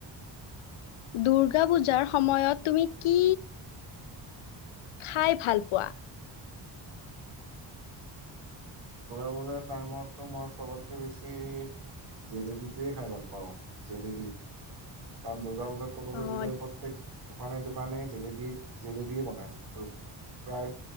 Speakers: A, on the left (about 85°); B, on the right (about 85°).
A: দুূৰ্গা পূজাৰ সময়ত তুমি কি খাই ভাল পোৱা
B: সৰু ল'ৰা টাইমতো মই চবতকে বেছি জেলেপীটোৱে খাই ভাল পাওঁ। জেলেপী কাম দুৰ্গা ক'বলৈ
A: অ',
B: গ'লে প্ৰত্যেক দোকানে দোকানে জেলেপী জেলেপীয়ে বনায় ত প্ৰায়